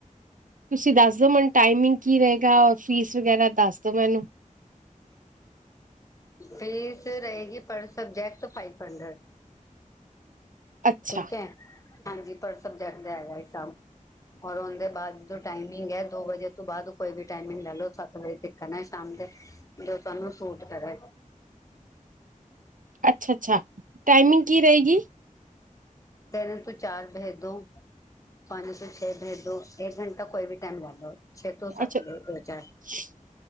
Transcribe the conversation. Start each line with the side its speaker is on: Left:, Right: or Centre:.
Right: ਤੁਸੀਂ ਦੱਸ ਦੋ ਮੈਨੂੰ ਟਾਈਮਿੰਗ ਕੀ ਰਹੇਗਾ ਔਰ ਫੀਸ ਵਗੈਰਾ ਦੱਸ ਦੋ ਮੈਨੂੰ
Left: ਫੀਸ ਰਹੇਗੀ ਪਰ ਸਬਜੈਕਟ ਫਾਈਵ ਹੰਡਰਡ
Right: ਅੱਛਾ
Left: ਠੀਕ ਹੈ, ਹਾਂਜੀ ਪਰ ਸਬਜੈਕਟ ਦਾ ਹੈਗਾ ਹਿਸਾਬ ਔਰ ਉਹਦੇ ਬਾਅਦ ਜੋਟਾਈਮਿੰਗ ਹੈ ਦੋ ਵਜੇ ਤੋਂ ਬਾਅਦ ਕੋਈ ਵੀ ਟਾਈਮਿੰਗ ਲੈ ਲਓ ਸੱਤ ਵਜੇ ਤੱਕਨਾ ਸ਼ਾਮ ਦੇ ਜੋ ਤੁਹਾਨੂੰ ਸੂਟ ਕਰੇ
Right: ਅੱਛਾ-ਅੱਛਾ ਟਾਈਮਿੰਗ ਕੀ ਰਹੇਗੀ
Left: ਤੈਰਨ ਤੋਂ ਚਾਰ ਭੈਦੋ ਪਾਣੀ ਤੋਂ ਛੇ ਭੈਦੋ ਇੱਕ ਘੰਟਾ ਕੋਈ ਵੀ ਟਾਈਮ ਬੰਨ ਲੋ ਛੇ
Right: ਅੱਛਾ
Left: ਤੋਂ ਸੱਤ
Right: ਅੱਛਾ
Left: ਵਜੇ ਵਿਚਕਾਰ
Right: <inaudible>